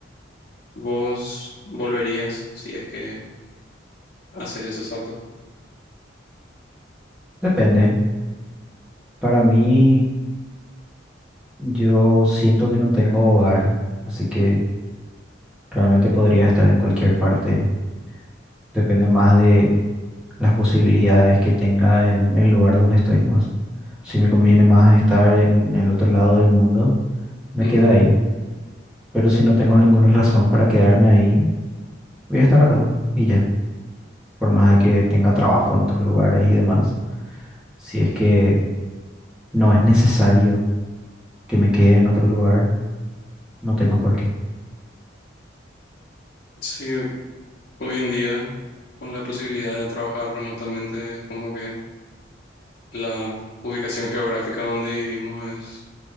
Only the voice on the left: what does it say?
¿Vos volverías si es que haces ese salto?
Ujú.
Sí, Hoy en día, con la posibilidad de trabajar remotamente, es como que la ubicación geográfica donde vivimos es